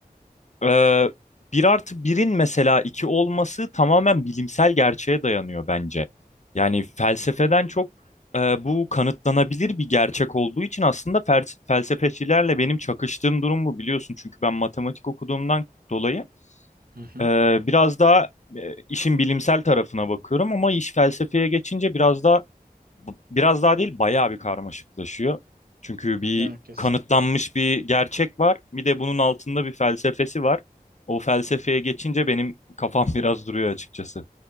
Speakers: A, on the left (about 50°); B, on the right (about 75°).
A: Ee, bir artı birin mesela iki olması tamamen bilimsel gerçeğe dayanıyor bence. Yani felsefeden çok e, bu kanıtlanabilir bir gerçek olduğu için aslında fel felsefecilerle benim çakıştığım durum bu biliyorsun. Çünkü ben matematik okuduğumdan dolayı
B: Hı hı.
A: e, biraz daha e, işin bilimsel tarafına bakıyorum ama iş felsefeye geçince biraz daha b- biraz daha değil bayağı bir karmaşıklaşıyor. Çünkü bir
B: Yani kesin.
A: kanıtlanmış bir gerçek var. Bir de bunun altında bir felsefesi var. O felsefeye geçince benim kafam <laughs> biraz duruyor açıkçası.